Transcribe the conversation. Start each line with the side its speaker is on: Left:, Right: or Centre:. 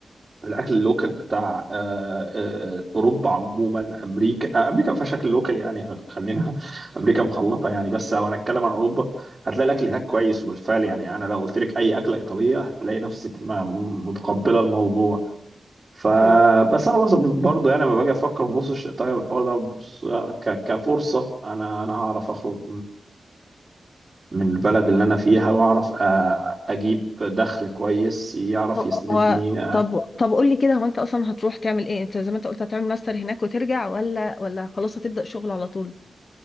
Right: الاكل اللوكال بتاع آه، آه، آه، اوروبا عموما امريكا آه، امريكا ما فيهاش اكل لوكال يعني خلينا <laughs> امريكا مخلطه يعني بس لو هنتكلم عن اوروبا هتلاقي الاكل هناك كويس وبالفعل يعني انا لو قلت لك اي اكله ايطاليه هتلاقي نفسك ما- متقبله الموضوع فبس
Left: مم.
Right: انا بص برضه يعني لما باجي افكر ببص طيب الحوار ده بص ك- كفرصه انا انا هعرف اخرج من البلد اللي أنا فيها وأعرف آه، أجيب دخل كويس يعرف
Left: هو
Right: يسندني
Left: هو
Right: آه.
Left: طب طب قول لي كده هو انت اصلا هتروح تعمل ايه انت زي ما انت قلت هتعمل ماستر هناك وترجع ولا ولا خلاص هتبدأ شغل على طول